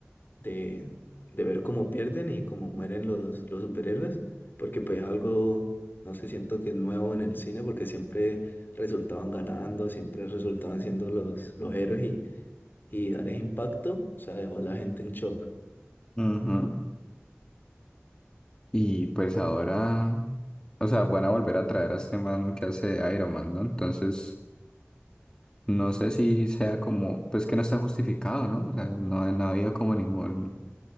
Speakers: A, on the left; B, on the left.
A: de, de ver cómo pierden y cómo mueren los, los superhéroes, porque pues algo, no sé, siento que es nuevo en el cine, porque siempre resultaban ganando, siempre resultaban siendo los, los héroes y dar ese impacto, o sea, dejó a la gente en shock.
B: Ujú. Y pues ahora, o sea, van a volver a traer a este man que hace Iron Man, ¿no? Entonces, no sé si sea como, pues que no está justificado, ¿no? O sea, no, no ha habido como ningún,